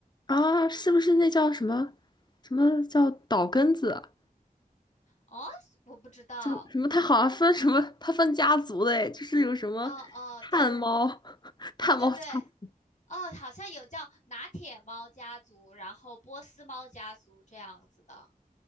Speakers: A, on the left; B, on the left.
A: 啊，是不是那叫什么什么叫岛根子？
B: 哦，我不知道。
A: 什么什么？它好像分什么？它分家族的哎，就是有什么炭猫、
B: 哦哦，对
A: <laughs> 炭猫家族
B: 对对对，哦，好像有叫拿铁猫家族，然后波斯猫家族这样子的。